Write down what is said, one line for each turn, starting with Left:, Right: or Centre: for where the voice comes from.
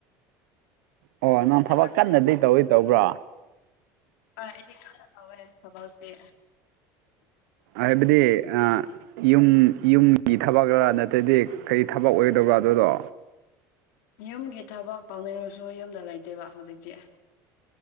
Right: ꯑꯣ ꯅꯪ
Left: ꯑꯗꯨ
Right: ꯊꯕꯛ
Left: ꯈꯛꯇꯅꯦ
Right: ꯀꯟꯅꯗꯤ ꯇꯧꯗꯤ ꯇꯧꯕ꯭ꯔꯣ
Left: ꯍꯣꯏ ꯑꯩꯗꯤ ꯀꯥꯟꯅ ꯇꯧꯋꯦ ꯊꯕꯛꯇꯤ
Right: ꯍꯥꯏꯕꯗꯤ ꯑꯥ ꯌꯨꯝ ꯌꯨꯝꯒꯤ ꯊꯕꯛꯔꯥ ꯅꯠꯇꯗꯤ ꯀꯩ ꯊꯕꯛ ꯑꯣꯏꯗꯧꯕꯥ ꯑꯗꯨꯗꯣ
Left: ꯌꯨꯝꯒꯤ ꯊꯕꯛ ꯇꯧꯅꯤꯡꯔꯁꯨ ꯌꯨꯝꯗ ꯂꯩꯇꯦꯕ ꯍꯧꯖꯤꯛꯇꯤ